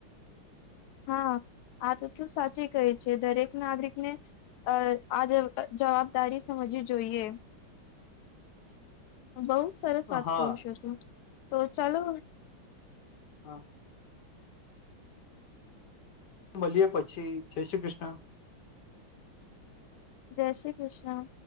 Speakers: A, on the left; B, on the left.
A: હા આ તો કયુ સાચી કહે છે દરેક નાગરિકને આ જ જવાબદારી સમજવી જોઈએ <inaudible> બહુ સરસ વાત
B: હા
A: કરું છું તું તો ચાલો
B: હા મળીએ પછી જય શ્રી કૃષ્ણ
A: જય શ્રી કૃષ્ણ